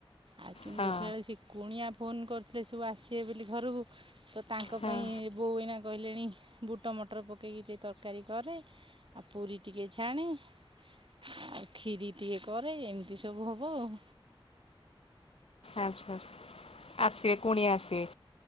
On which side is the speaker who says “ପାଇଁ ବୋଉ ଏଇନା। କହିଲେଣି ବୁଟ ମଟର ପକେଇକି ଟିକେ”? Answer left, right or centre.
Right